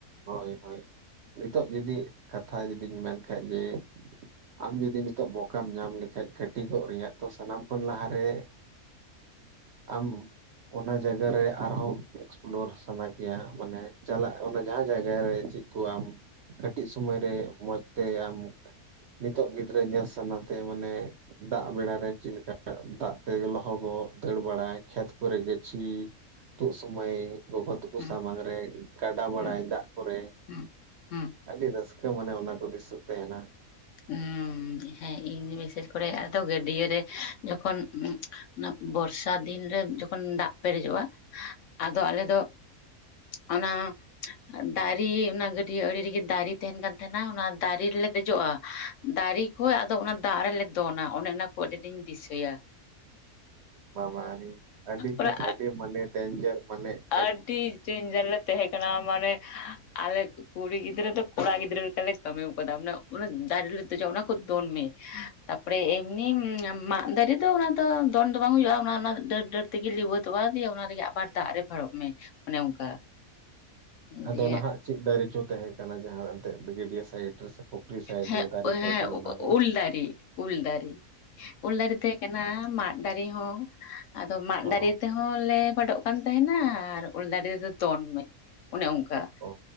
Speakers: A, on the right; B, on the left.
A: ᱦᱳᱭ ᱦᱳᱭ ᱱᱤᱛᱚᱜ ᱡᱩᱫᱤ ᱠᱟᱛᱷᱟ ᱡᱩᱫᱤᱧ ᱢᱮᱱ ᱠᱷᱟᱡ ᱡᱮ ᱟᱢ ᱡᱩᱫᱤ ᱱᱤᱛᱚᱜ ᱢᱚᱠᱟᱢ ᱧᱟᱢ ᱞᱮᱠᱷᱟᱡ ᱠᱟᱹᱴᱤᱜᱼᱚᱜ ᱨᱮᱭᱟᱜ ᱛᱚ ᱥᱟᱱᱟᱢ ᱠᱷᱚᱱ ᱞᱟᱦᱟᱨᱮ
B: <inaudible>
A: ᱟᱢ ᱚᱱᱟ ᱡᱟᱭᱜᱟ ᱨᱮ ᱟᱨᱦᱚᱸ ᱮᱠᱥᱯᱞᱳᱨ ᱥᱟᱱᱟ ᱜᱮᱭᱟ ᱢᱟᱱᱮ ᱪᱟᱞᱟᱜ ᱡᱟᱦᱟ ᱡᱟᱭᱜᱟ ᱨᱮ ᱪᱮᱫ ᱠᱚ ᱟᱢ ᱠᱟᱹᱴᱤᱡ ᱥᱚᱢᱚᱭᱨᱮ ᱢᱚᱡᱽ ᱛᱮ ᱟᱢ ᱱᱤᱛᱚᱜ ᱜᱤᱫᱽᱨᱟᱹ ᱧᱮᱞ ᱥᱟᱱᱟᱛᱮ ᱢᱟᱱᱮ ᱫᱟᱜ ᱵᱮᱲᱟᱨᱮ ᱪᱮᱫ ᱞᱮᱠᱟ ᱫᱟᱜ ᱛᱮ ᱞᱚᱦᱚᱜᱚᱜ ᱫᱟᱹᱲ ᱵᱟᱲᱟᱭ ᱠᱷᱮᱛ ᱠᱚᱨᱮ ᱜᱟᱹᱪᱷᱤ ᱛᱳᱜ ᱥᱩᱢᱟᱹᱭ ᱜᱚᱜᱚ ᱛᱟᱠᱚ
B: ᱦᱩᱸ
A: ᱥᱟᱢᱟᱝ ᱨᱮ ᱠᱟᱰᱟ ᱵᱟᱲᱟᱭ
B: ᱦᱩᱸ
A: ᱫᱟᱜ ᱠᱚᱨᱮ
B: ᱦᱩᱸ ᱦᱩᱸ
A: ᱟᱹᱰᱤ ᱨᱟᱹᱥᱠᱟᱹ ᱢᱟᱱᱮ ᱚᱱᱟ ᱠᱚ ᱫᱤᱥᱟᱹ ᱛᱟᱦᱮᱱᱟ
B: ᱦᱩᱸ ᱦᱮᱸ ᱤᱧ ᱵᱤᱥᱮᱥ ᱠᱚᱨᱮ ᱟᱫᱚ ᱜᱟᱹᱰᱭᱟᱹ ᱨᱮ ᱡᱚᱠᱷᱚᱱ ᱚᱱᱟ ᱵᱚᱨᱥᱟ ᱫᱤᱱ ᱨᱮ ᱡᱚᱠᱷᱚᱱ ᱫᱟᱜ ᱯᱮᱨᱮᱡᱚᱜᱼᱟ ᱟᱫᱚ ᱟᱞᱮ ᱫᱚ ᱚᱱᱟ ᱾ ᱫᱟᱨᱮ ᱚᱱᱟ ᱜᱟᱹᱰᱭᱟᱹ ᱟᱲᱮ ᱨᱮᱜᱮ ᱫᱟᱨᱮ ᱛᱟᱦᱮᱱ ᱠᱟᱱ ᱛᱟᱦᱮᱱᱟ ᱚᱱᱟ ᱫᱟᱨᱮ ᱨᱮᱞᱮ ᱫᱮᱡᱚᱜᱼᱟ ᱾ ᱫᱟᱨᱮ ᱠᱷᱚᱡ ᱟᱫᱚ ᱚᱱᱟ ᱫᱟᱜ ᱨᱮᱞᱮ ᱫᱚᱱᱟ ᱚᱱᱮ ᱚᱱᱟ ᱠᱚ ᱟᱹᱰᱤ ᱟᱸᱴᱤᱧ ᱫᱤᱥᱟᱹᱭᱟ ᱾
A: ᱵᱟᱵᱟ ᱨᱮ ᱟᱹᱰᱤ
B: ᱚᱱᱟ
A: ᱠᱷᱟᱡ ᱟᱹᱰᱤ ᱢᱟᱱᱮ ᱰᱮᱧᱡᱟᱨ ᱢᱟᱱᱮ ᱾
B: ᱟᱹᱰᱤ ᱪᱮᱧᱡᱟᱨ ᱞᱮ ᱛᱟᱦᱮᱸ ᱠᱟᱱᱟ ᱢᱟᱱᱮ ᱟᱞᱮ ᱠᱩᱲᱤ ᱜᱤᱫᱽᱨᱟᱹ ᱫᱚ ᱠᱚᱲᱟ ᱜᱤᱫᱽᱨᱟᱹ ᱞᱮᱠᱟᱞᱮ ᱠᱟᱹᱢᱤ ᱠᱟᱫᱟ ᱢᱟᱱᱮ ᱚᱱᱟ ᱫᱟᱨᱮᱞᱮ ᱫᱮᱡᱚᱜ ᱠᱟᱱᱟ ᱚᱱᱟ ᱠᱷᱚᱡ ᱫᱚᱱ ᱢᱮ ᱛᱟᱯᱚᱨᱮ ᱮᱢᱱᱤ ᱢᱟᱜ ᱫᱟᱨᱮ ᱫᱚ ᱚᱱᱟ ᱫᱚ ᱫᱚᱱ ᱫᱚ ᱵᱟᱝ ᱦᱩᱭᱩᱜᱼᱟ ᱚᱱᱟ ᱚᱱᱟ ᱰᱟᱹᱨ ᱰᱟᱹᱨ ᱛᱮᱜᱮ ᱞᱤᱣᱟᱹᱫᱚᱜᱼᱟ ᱫᱤᱭᱮ ᱚᱱᱟ ᱨᱮᱜᱮ ᱟᱵᱟᱨ ᱫᱟᱜ ᱨᱮ ᱯᱷᱟᱨᱚᱜ ᱢᱮ ᱚᱱᱮ ᱚᱱᱠᱟ
A: ᱟᱫᱚ
B: ᱫᱤᱭᱮ
A: ᱱᱟᱦᱟᱜ ᱪᱮᱫ ᱫᱟᱨᱮ ᱪᱚ ᱛᱟᱦᱮᱸ ᱠᱟᱱᱟ ᱡᱟᱦᱟ ᱮᱱᱛᱮᱜ ᱜᱟᱹᱰᱭᱟᱹ ᱥᱟᱭᱤᱰ ᱨᱮ ᱯᱩᱠᱷᱨᱤ ᱥᱟᱭᱤᱰ
B: ᱦᱮᱸ
A: ᱨᱮ ᱫᱟᱨᱮ ᱛᱟᱦᱮᱸ
B: ᱦᱮᱸ
A: ᱠᱟᱱᱟ ᱚᱱᱟ ᱫᱚ
B: ᱩᱞ ᱫᱟᱨᱤ ᱩᱞ ᱫᱟᱨᱤ ᱩᱞ ᱫᱟᱨᱮ ᱛᱟᱦᱮᱸ ᱠᱟᱱᱟ ᱢᱟᱜ ᱫᱟᱨᱮ ᱦᱚᱸ ᱟᱫᱚ ᱢᱟᱜ
A: ᱚ
B: ᱫᱟᱨᱮ ᱛᱮᱦᱚᱸ ᱦᱚᱸ ᱞᱮ ᱯᱷᱟᱰᱚᱜ ᱠᱟᱱ ᱛᱟᱦᱮᱱᱟ ᱟᱨ ᱩᱞ ᱫᱟᱨᱮ ᱨᱮ ᱫᱚᱱ ᱢᱮ ᱚᱱᱮ ᱚᱝᱠᱟ
A: ᱚ